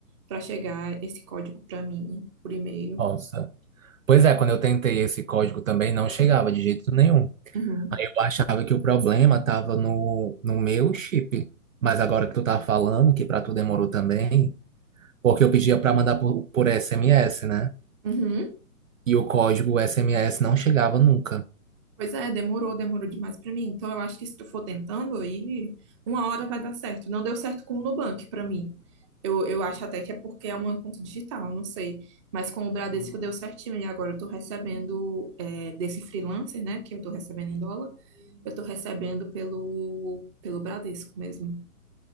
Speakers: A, on the right; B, on the right.
A: pra chegar esse código pra mim por e-mail.
B: Nossa. Pois é, quando eu tentei esse código também não chegava de jeito nenhum.
A: Uhum.
B: Aí eu achava que o problema estava no, no meu chip. Mas agora que tu tá falando que para tu demorou também, porque eu pedia para mandar por, por SMS, né?
A: Uhum.
B: E o código SMS não chegava nunca.
A: Pois é, demorou, demorou demais para mim. Então eu acho que se tu for tentando aí, uma hora vai dar certo. Não deu certo com o Nubank para mim. Eu, eu acho até que é porque é uma conta digital, não sei. Mas com o Bradesco deu certinho. E agora eu tô recebendo é, desse freelancer, né? Que eu tô recebendo em dólar, eu tô recebendo pelo, pelo Bradesco mesmo.